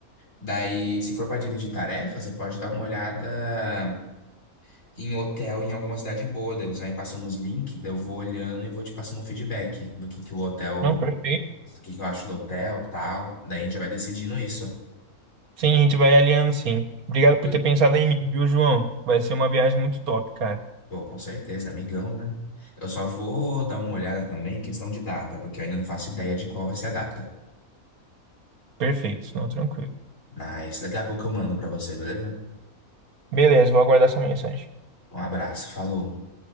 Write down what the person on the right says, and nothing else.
Não, perfeito.
Sim, a gente vai alinhando, sim. Obrigado por
ter pensado em mim, viu, João? Vai ser uma viagem muito top, cara.
Perfeito, não, tranquilo.
Beleza, vou aguardar sua mensagem.